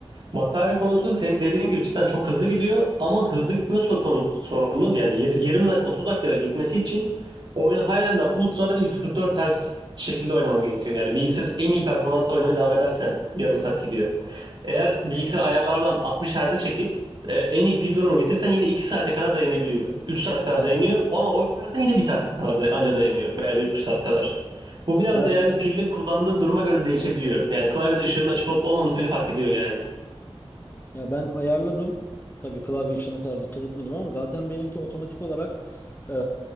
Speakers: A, on the right (about 50°); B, on the left (about 20°).
A: Vampire konusu senin dediğin gibi cidden çok hızlı gidiyor ama hızlı gitme sor- konu- sorunu yani yir- 20 dakika 30 dakika gitmesi için oyunu halen daha ultra'da ve 144 Hz şekilde oynaman gerekiyor. Yani bilgisayar en iyi performansla oynamaya devam edersen yarım saat gidiyor. Eğer bilgisayar ayarlardan altmış Hz'e çekip e, en iyi pil durumu getirsen yine 2 saate kadar dayanabiliyor. 3 saat kadar
B: Ya
A: dayanıyor ama oynarsan yine bir saate kadar da, anca dayanıyor veya bir buçuk saat kadar. Bu biraz
B: ben
A: da yani pilde kullandığın duruma göre değişebiliyor. Yani klavyenin ışığının açık olup olmaması bile fark ediyor yani.
B: Ya ben ayarladım. Tabii klavye işine kadar dikkat etmedim ama zaten benimki otomatik olarak e,